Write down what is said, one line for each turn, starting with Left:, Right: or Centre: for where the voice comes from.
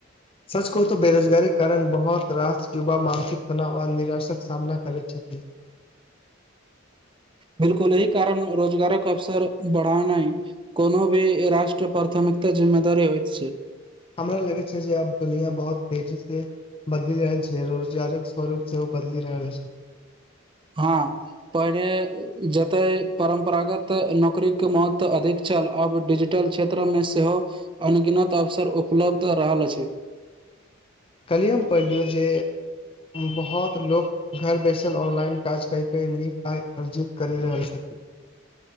Left: सच कहु तो बेरोजगारी कारण, बहुत रास युवा मानसिक तनाव आ निराशक सामना करैत छथि।
Right: बिलकुल एहि कारण रोजगारक अवसर बढ़ा नहि कोनो भी राष्ट्र प्राथमिकता जिम्मेदारी होइत छै।
Left: हमरा लगै छै जे, अब दुनिया बहुत तेजी से बदलि रहल छि जे रोजगारक स्वरूप सेहो बदलि रहल अइछ।
Right: हां पहिने जतय परम्परागत नौकरी के महत्व अधिक छल, अब डिजिटल छे तेत्र मे सेहो अनगिनत अवसर उपलब्ध रहल अछि।
Left: कलिये हम पढ़िलियौ जे बहुत लोक घर बैसल ऑनलाइन काज कय-कय नीक आय अर्जित करि रहल छथि।